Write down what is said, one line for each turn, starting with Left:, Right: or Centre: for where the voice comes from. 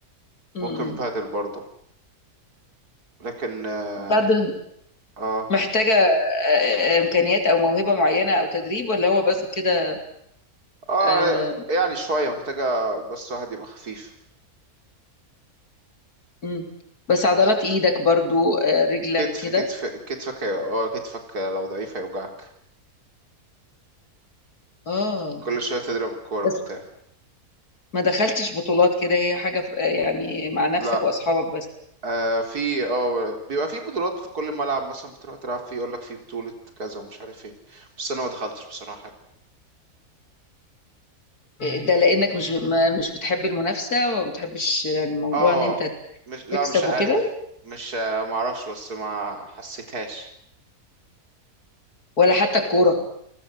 Left: امم
Right: ممكن بادل برضه لكن اه
Left: البادل
Right: اه
Left: محتاجه آه، امكانيات او موهبه معينه او تدريب ولا هو بس كده
Right: آه،
Left: آه،
Right: يعني شوية محتاجة بس واحد يبقى خفيف
Left: مم. بس عضلات ايدك برضو آه، رجلك
Right: كتف
Left: كده
Right: كتف كتفك هي- اه كتفك لو ضعيف هيوجعك
Left: اه
Right: كل شوية تضرب الكورة
Left: بس
Right: وبتاع
Left: ما دخلتش بطولات كده هي حاجه ف- يعني مع نفسك
Right: لا
Left: واصحابك بس
Right: آه في اه بيبقى في بطولات في كل ملعب مثلا بتروح تلعب فيه يقول لك في بطولة كذا ومش عارف ايه بس انا ما دخلتش بصراحة
Left: ده لانك مش ما- مش بتحب المنافسه وما بتحبش يعني موضوع
Right: اه
Left: ان انت
Right: مش لا
Left: تكسب
Right: مش عارف
Left: وكده
Right: مش ما اعرفش بس ما حسيتهاش
Left: ولا حتى الكوره